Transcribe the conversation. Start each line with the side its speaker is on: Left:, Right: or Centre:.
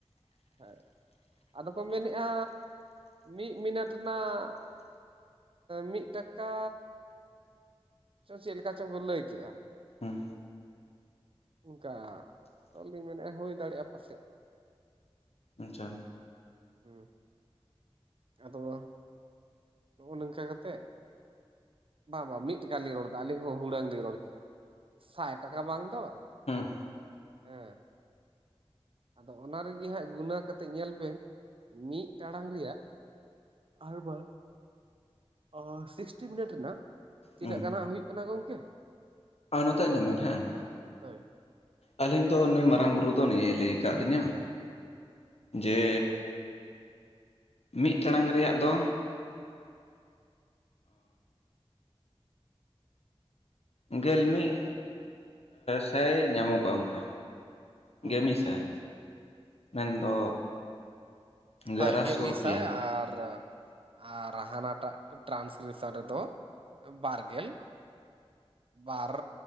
Right: ᱦᱮᱸ ᱟᱫᱚ ᱠᱚ ᱢᱮᱱᱮᱫ-ᱟ, ᱢᱤᱫ ᱢᱤᱱᱮᱴ ᱨᱮᱱᱟᱜ ᱢᱤᱫ ᱴᱟᱠᱟ ᱪᱚ ᱪᱮᱫ ᱞᱮᱠᱟ ᱪᱚᱝ ᱠᱚ ᱞᱟᱹᱭ ᱠᱮᱜ-ᱟ᱾
Left: ᱦᱩᱸ
Right: ᱚᱱᱠᱟ ᱟᱫᱚᱞᱤᱧ ᱢᱮᱱᱮᱜ-ᱟ ᱦᱳᱭ ᱫᱟᱲᱮᱜᱼᱟ ᱯᱟᱥᱮᱜ ᱾
Left: ᱟᱸᱪᱟ,
Right: ᱦᱩᱸ ᱟᱫᱚ, ᱱᱚᱜᱼᱚ ᱱᱤᱝᱠᱟᱹ ᱠᱟᱛᱮᱜ᱾ ᱵᱟᱝ ᱵᱟᱝ ᱢᱤᱫ ᱴᱮᱠᱟ ᱞᱤᱧ ᱨᱚᱲᱫᱟ ᱟᱹᱞᱤᱧ ᱦᱚᱸ ᱦᱩᱲᱟᱹᱝ ᱞᱤᱧ ᱨᱚᱲ ᱠᱮᱜ-ᱟ ᱥᱟᱭ ᱴᱟᱠᱟ ᱵᱟᱝ ᱫᱚ᱾
Left: ᱦᱩᱸ
Right: ᱦᱮᱸ ᱟᱫᱚ ᱚᱱᱟ ᱨᱤᱜᱤ ᱦᱟᱸᱜ ᱜᱩᱱᱟᱹᱣ ᱠᱟᱛᱮᱜ ᱧᱮᱞ ᱵᱮᱱ ᱢᱤᱫ ᱴᱟᱲᱟᱝ ᱨᱮᱭᱟᱜ, ᱟᱨᱵᱟ, ᱚ ᱥᱤᱠᱥᱴᱤ ᱢᱤᱱᱤᱴ ᱨᱮᱱᱟᱜ ᱛᱤᱱᱟᱹᱜ
Left: ᱦᱩᱸ
Right: ᱜᱟᱱ ᱦᱟᱸᱜ ᱦᱩᱭᱩᱜ ᱠᱟᱱᱟ ᱜᱚᱝᱠᱮ?
Left: ᱟᱨ ᱱᱚᱛᱮ ᱟᱸᱡᱚᱢ ᱵᱮᱱ ᱦᱮᱸ,
Right: ᱦᱳᱭ
Left: ᱟᱹᱞᱤᱧ ᱫᱚ ᱱᱩᱭ ᱢᱟᱨᱟᱝ ᱵᱩᱨᱩ ᱫᱚ ᱱᱤᱭᱟᱹ ᱞᱟᱹᱭ ᱠᱟᱜ ᱞᱤᱧᱟᱹ, ᱡᱮ ᱢᱤᱜ ᱴᱟᱲᱟᱝ ᱨᱮᱭᱟᱜ ᱫᱚ, ᱜᱮᱞ ᱢᱤᱜ ᱥᱟᱭ ᱧᱟᱢᱚᱜ-ᱟ ᱚᱱᱠᱟ᱾
Right: ᱦᱩᱸ
Left: ᱜᱮ ᱢᱤᱫᱥᱟᱭ ᱢᱮᱱᱫᱚ, ᱜᱟᱨᱟ
Right: ᱦᱳᱭ ᱜᱮ
Left: ᱥᱚ
Right: ᱢᱤᱜᱥᱟᱭ
Left: ᱨᱩᱯᱤᱭᱟ
Right: ᱟᱨ, ᱟᱨ ᱦᱟᱱᱟᱴᱟᱜ ᱴᱨᱟᱱᱠᱨᱤᱯᱥᱟᱱ ᱨᱮᱫᱚ ᱵᱟᱨᱜᱮᱞ᱾ ᱵᱟᱨ